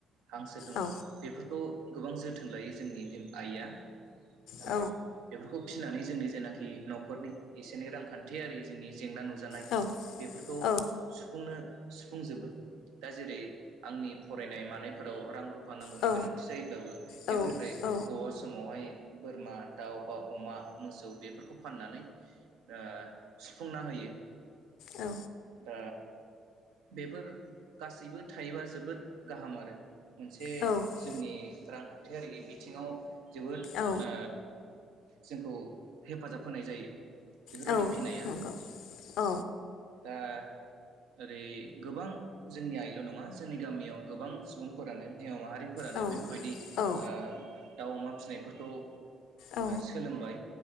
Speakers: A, on the right (about 75°); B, on the left (about 75°).
A: हांसो दङ
B: औ
A: बेफोरखौ गोबां जोथोन लायो जोंनि बिम आइया ओ
B: औ
A: बेफोर खौ फिनानै जोंनि जेनाखि न'खरनि एसे एनै रांखान्थियारि जोंनि जेंना नु जानाय
B: औ
A: बेफोरखौ
B: औ
A: सुफुंनो सुफुंजोबो दा जेरै आंनि फरायनाय मानायफोराव रां रु फा नांगौनि
B: औ
A: गोनांथि जायोब्लाबो बेफोरनिफ्राय
B: औ औ
A: बा समावहाय बोरमा दाउ बा अमा मोसौ बेफोरखौ फाननानै दा सुफुंना होयो।
B: औ
A: ओ बेफोर गासैबो थायोबा जोबोद गाहाम आरो मोनसे
B: औ
A: जोंनि रांखान्थियारि बि थिङाव जोबोद
B: औ
A: ओ जोंखौ हेफाजाब होनाय जायो। बेफोरबायदि
B: औ
A: फिनाया
B: नंगौ औ
A: दा ओरै गोबां जोंनि आइल' नङा जोंनि गामियाव गोबां सुबुं फोरानो बिमा माहारिफोरानो
B: औ
A: बेफोरबायदि
B: औ
A: ओ दाउ अमा फिनायफोरखौ ओ
B: औ
A: सोलोंबाय